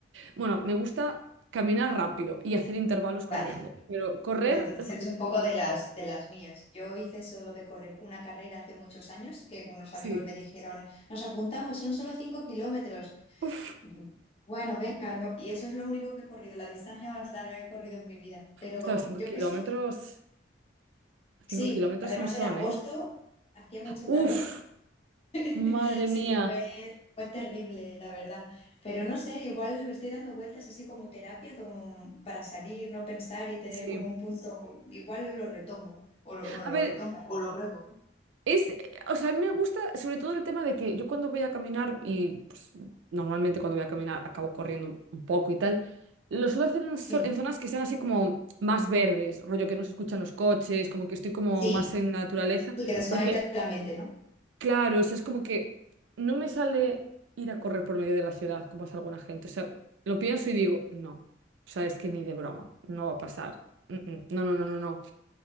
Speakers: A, on the right (about 80°); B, on the left (about 30°).
A: Bueno, me gusta caminar rápido y hacer intervalos
B: Vale,
A: corriendo, pero correr,
B: pues entonces
A: r-
B: eres un poco de las, de las mías. Yo hice solo de correr una carrera hace muchos años, que unos
A: sí.
B: amigos me dijeron, nos apuntamos, son solo 5 kilómetros.
A: Uf,
B: Bu- Bueno, venga, lo- y eso es lo único que he corrido, la distancia más larga que he corrido en mi vida. Pero
A: ostras, 5
B: yo
A: kilómetros,
B: qué sé, sí,
A: 5 kilómetros
B: además
A: son son,
B: era agosto,
A: ¿eh?
B: hacía mucho
A: Uf,
B: calor. <laughs>
A: madre
B: Sí,
A: mía.
B: fue, fue terrible, la verdad. Pero no sé, igual lo estoy dando vueltas así como terapia, como para salir, no pensar y tener
A: Sí.
B: como un punto, igual lo retomo. O lo, bueno,
A: A
B: lo
A: ver,
B: retomo, o lo pruebo.
A: Es, eh, o sea, a mí me gusta sobre todo el tema de que yo cuando voy a caminar, y pues, normalmente cuando voy a caminar acabo corriendo un poco y tal, lo suelo hacer en, so-
B: Sí,
A: en zonas que sean así como más verdes, rollo que no se escuchan los coches, como que estoy como
B: sí,
A: más en la naturaleza,
B: sí, que desconecta
A: porque
B: la mente, ¿no?
A: claro, o sea, es como que no me sale ir a correr por medio de la ciudad como hace alguna gente, o sea, lo pienso y digo, no, o sea, es que ni de broma, no va a pasar, Mm, mm, no, no, no, no, no.